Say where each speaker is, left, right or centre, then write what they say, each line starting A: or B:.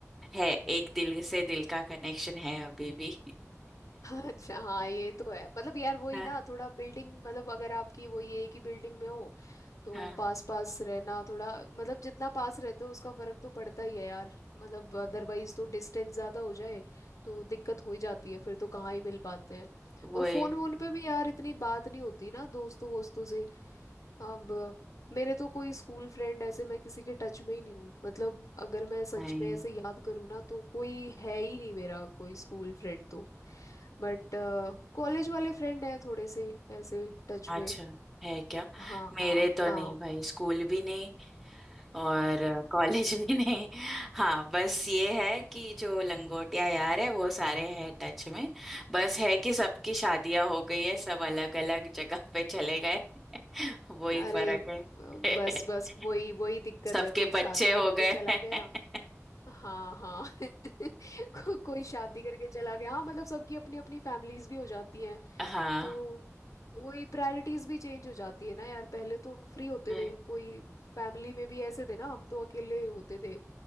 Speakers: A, in the centre; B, on the left.
A: है एक दिल से दिल का कनेक्शन है अभी भी
B: अच्छा हाँ ये तो है मतलब यार वही
A: <laughs>
B: ना थोड़ा बिल्डिंग मतलब अगर आपकी वो ये है कि बिल्डिंग में हो तो
A: हाँ
B: पास पास रहना थोड़ा मतलब जितना पास रहते हो उसका फर्क तो पड़ता ही है यार मतलब अदरवाइज तो डिस्टेंस ज़्यादा हो जाए तो दिक्कत हो ही जाती है फिर तो कहाँ ही मिल पाते हैं
A: वो
B: और
A: है
B: फ़ोन वोन पे भी यार इतनी बात नहीं होती ना दोस्तों वोस्तों से अब मेरे तो कोई स्कूल फ्रेंड ऐसे मैं किसी के टच में ही नहीं हूँ मतलब अगर मैं सच
A: नहीं
B: में ऐसे याद करूँ ना तो कोई है ही नहीं मेरा कोई स्कूल फ्रेंड तो बट कॉलेज वाले फ्रेंड हैं थोड़े से ऐसे टच
A: अच्छा
B: में
A: है क्या
B: हाँ
A: मेरे तो
B: हाँ
A: नहीं भाई स्कूल भी नहीं और कॉलेज भी नहीं हाँ बस ये है कि जो लंगोटिया यार है वो सारे हैं टच में बस है कि सबकी शादियां हो गई है सब अलग अलग जगह पे चले गए वही
B: अरे
A: फर्क
B: ब-
A: है <laughs>
B: बस बस वही वही दिक्कत
A: सबके
B: है कोई शादी
A: बच्चे हो
B: करके
A: गए
B: चला
A: <laughs>
B: गया हाँ हाँ <laughs> को, कोई शादी करके चला गया हाँ मतलब सबकी अपनी अपनी फैमिलीज भी हो जाती हैं
A: हाँ
B: तो वही प्रायोरिटीज भी चेंज हो जाती है ना यार पहले तो फ्री होते
A: वही
B: थे कोई फैमिली में भी ऐसे थे ना हम तो अकेले होते थे